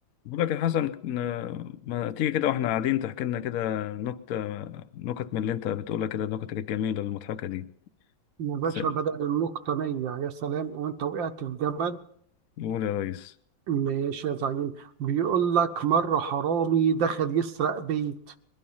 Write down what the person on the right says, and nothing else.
يا باشا
بدأ النقطة مية يا سلام وانت وقعت في جبل
ماشي يا زعيم بيقول لك مرة حرامي دخل يسرق بيت